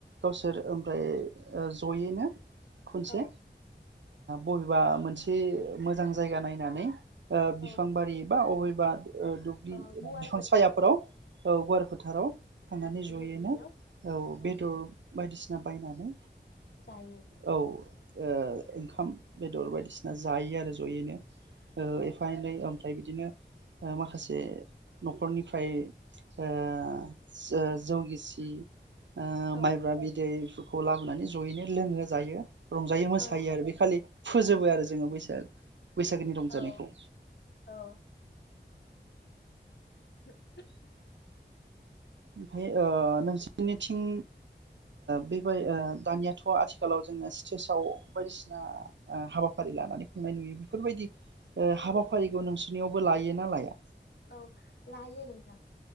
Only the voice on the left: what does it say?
औ
औ
औ
गुवार फोथार
बेफोरबायदियाव
ओ
जायो
औ
औ
औ
औ औ <unintelligible>
औ
औ लायो नोंथां